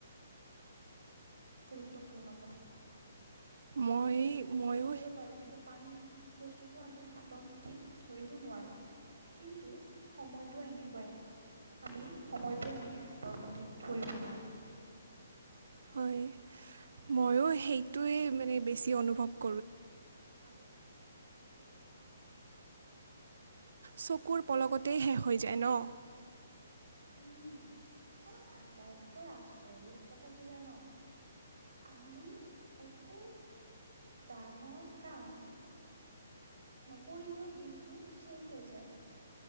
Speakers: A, on the right (about 70°); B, on the right (about 90°).
A: <inaudible>
B: গুৰুত্বপূৰ্ণ কথা।
A: মই
B: আমি বেলেগ বস্তু
A: ময়ো
B: আমি ধৰিব পাৰো কিন্তু পানী বস্তুটো আমি হাতৰ মুঠিত ধৰিব নোৱাৰোঁ কিন্তু সময়টো এনে শুকুৱাই আমি সময়টো এনেকৈ হাতৰ মুঠিত ধৰিব নোৱাৰোঁ।
A: হয় ময়ো সেইটোৱে মানে বেছি অনুভৱ <inaudible> ছকুৰ পলকতেই শেষ হৈ যায় ন।
B: উম আটাইতকৈ আচৰিত কথা কি জান? আমি একো ডাঙৰ কাম নকৰিলেও দিনটো শেষ হৈ যায়।